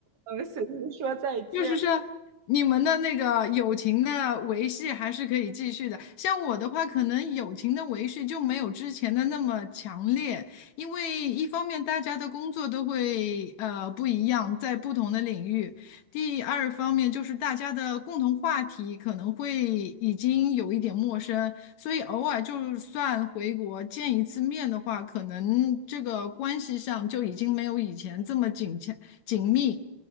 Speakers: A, on the right; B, on the left.
A: 嗯，随意说再见。
B: 就是说，你们的那个友情的维系还是可以继续的。像我的话，可能友情的维系就没有之前的那么强烈，因为一方面大家的工作都会呃不一样，在不同的领域；第二方面就是大家的共同话题可能会已经有一点陌生，所以偶尔就算回国见一次面的话，可能这个关系上就已经没有以前这么紧切紧密。